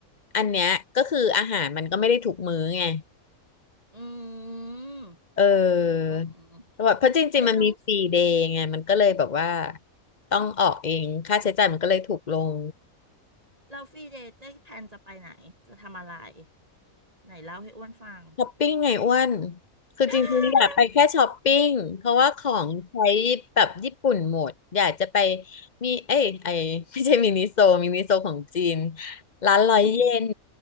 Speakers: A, on the left; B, on the right.
A: อันเนี้ยก็คืออาหารมันก็ไม่ได้ถูกมื้อไง
B: อืม
A: เอ
B: อืมอืม
A: อแเพราะจริงๆมันมีฟรีเดย์ไง
B: เจ๊ต้อง
A: มันก็เลยแบบว่าต้องออกเอง ค่าใช้จ่ายมันก็เลยถูกลง
B: เราฟรีเดย์เจ๊แพลนจะไปไหนจะทำอะไรไหนเล่าให้อ้วนฟัง
A: ช้อปปิ้งไงอ้วน คือจริงๆอยากไปแค่ช้อปปิ้ง
B: <laughs>
A: เพราะว่าของใช้แบบญี่ปุ่นหมดอยากจะไปมีเอ้ยไอ <laughs> ไม่ใช่มินิโซมินิโซของจีนร้านร้อยเยน
B: อืม